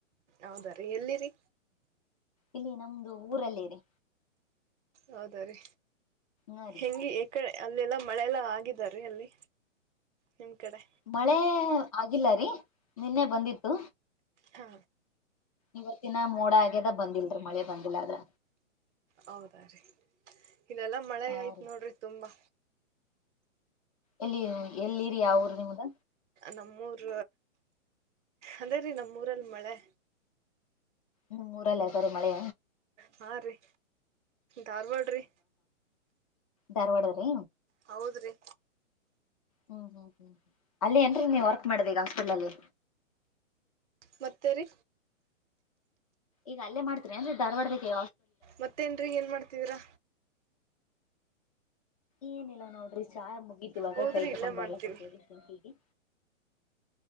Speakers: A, on the right; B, on the left.
A: ಹೌದ ರೀ ಎಲ್ಲಿರಿ
B: ಇಲ್ಲಿ ನಮ್ದು ಊರಲ್ಲಿ ರಿ
A: ಹೌದ ರೀ
B: ಹಾ ರೀ
A: ಹೆಂಗಿ ಯಕ ಅಲ್ಲೆಲ್ಲ ಮಳೆಲ್ಲ ಆಗಿದೆ ರಿ ಅಲ್ಲಿ ನಿಮ್ಮ ಕಡೆ
B: ಮಳೆ ಆಗಿಲ್ಲ ರೀ ನಿನ್ನೆ ಬಂದಿತ್ತು
A: ಹಾ
B: ಇವತ್ತಿನ ಮೋಡ ಆಗ್ಯದ ಬಂದಿಲ್ರಿ ಮಳೆ ಬಂದಿಲ್ಲ ಆದ್ರ
A: ಹೌದಾ ರೀ ಇನ್ನೆಲ್ಲಾ ಮಳೆ
B: ಹಾ
A: ಆಯ್ತ್
B: ರೀ
A: ನೋಡ್ರಿ ತುಂಬಾ
B: ಎಲ್ಲಿ ಎಲ್ಲಿರಿ ಯಾವ ಊರು ನಿಮ್ದ
A: ನಮ್ಮೂರ್ ಅದೇ ರೀ ನಮ್ಮೂರಲ್ಲಿ ಮಳೆ
B: ಹ್ಮ್ ಊರಲ್ ಅದರೆ ಮಳೆ
A: ಹಾ ರೀ ಧಾರ್ವಾಡ್ರಿ
B: ಧಾರ್ವಾಡ ರಿ
A: ಹೌದ್ರಿ
B: ಹ್ಮ್ ಹ್ಮ್ ಹ್ಮ್ ಅಲ್ಲಿ ಏನ್ರೀ ನೀವ್ ವರ್ಕ್ ಮಾಡದ್ ಈಗ ಹಾಸ್ಪಿಟ್ ಲಲ್ಲಿ
A: ಮತ್ತೆ ರೀ
B: ಈಗ ಅಲ್ಲೇ ಮಾಡ್ತೀರೆನ್ ಧಾರ್ವಾಡ್ದೇಗೆ
A: ಮತ್ತೇನ್ರಿ ಏನ್ ಮಾಡ್ತಿದಿರಾ
B: ಏನಿಲ್ಲಾ ನೋಡ್ರಿ ಚಾ ಮುಗೀತ್ ಇವಾಗ
A: ಹೌದ್ರಿ
B: ಕೈ ತಕೊಂಡ್
A: ಇಲ್ಲೇ ಮಾಡ್ತೀವಿ
B: ಬರ್ಲಕ್ಕೊಂಟಿವ್ರಿ ಕುಂತೀವಿ